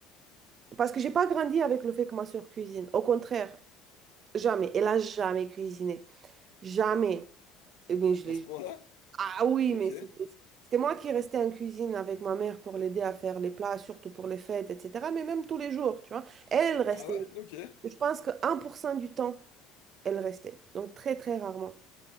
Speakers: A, on the right; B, on the left.
A: Parce que j'ai pas grandi avec le fait que ma soeur cuisine. Au contraire, jamais. Elle a jamais cuisiné. Jamais. Eh bien, je l'ai-
B: à ce point-là.
A: Ah oui,
B: Ok.
A: mais c'était c'était moi qui restais en cuisine avec ma mère pour l'aider à faire les plats, surtout pour les fêtes, etc. Mais même tous les jours, tu vois. Elle restait.
B: Ah ouais? Ok.
A: Je pense que un pour cent du temps, elle restait. Donc très, très rarement.